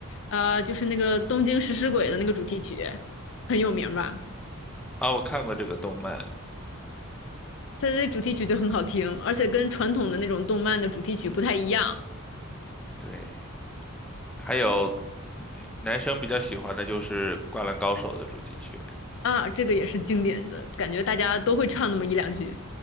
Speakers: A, on the left; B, in the centre.
A: 呃，就是那个《东京食尸鬼》的那个主题曲，很有名吧？
B: 啊，我看过这个动漫，
A: 它的主题曲就很好听，而且跟传统的那种动漫的主题曲不太一样
B: 对。还有男生比较喜欢的就是《灌篮高手》的主题曲，
A: 啊。这个也是经典的，感觉大家都会唱那么一两句。